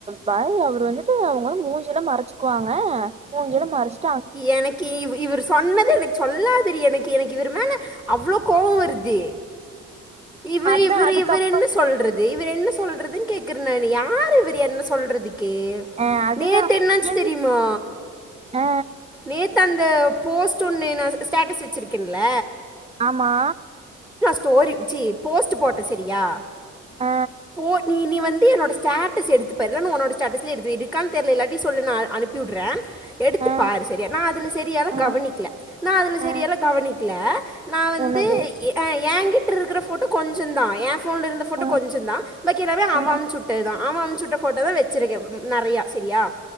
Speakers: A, on the right (about 20°); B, in the centre.
A: பைய் அவரு வந்து எப்படி அவங்க மூஞ்சில மறைச்சுக்குவாங்க மூஞ்சில மறைச்
B: எனக்கு இவ இவரு சொன்னது எனக்கு சொல்லாதிரி எனக்கு எனக்கு இவருமேல அவ்ளோ கோவம் வருது இவர்
A: அதான்
B: இவரு
A: அதுக்கப்புறம்
B: இவர்ருன்னு சொல்றது இவர் என்ன சொல்றதுன்னு கேக்குற யாரு இவரு என்ன சொல்றதுக்கு கே
A: அ அதுதா
B: நேத்து என்னாச்சி
A: என்
B: தெரியுமா
A: அ
B: நேத்து அந்த போஸ்ட் ஒன்னு நான் ஸ்டேட்டஸ் வச்சுருக்கேன்ல
A: ஆமா
B: ஸ்டோரி வச்சி போஸ்ட் போட்டேன் செரியா
A: அ
B: போ நீ நீயும் வந்து என்னோட ஸ்டேட்டஸ் எடுத்து பாரு இல்லனா உன்னோட ஸ்டேட்டஸ்ல எடுத்து இருக்கான்னு தெரியல இல்லாட்டி சொல்லு அனுப்பிவுட்றேன் எடுத்து
A: அ
B: பாரு சரியா நான் அதில சரியால
A: அ
B: கவனிக்கல நான் அதில
A: அ
B: சரியால கவனிக்லல நான் வந்து
A: என்னது
B: ஆன் என்கிட் என்ட்ருக்கிற ஃபோட்டோ கொஞ்சம் தான் ஏப் போன்ல இருந்த போட்டோ
A: அ
B: கொஞ்சம் தான் பாக்கி எல்லாமே அவன்
A: அ
B: அமுச்சுட்டது தான் அவன் அமுச்சுட்ட ஃபோட்டோ தான் வச்சருக்கேன் நெறைய சரியா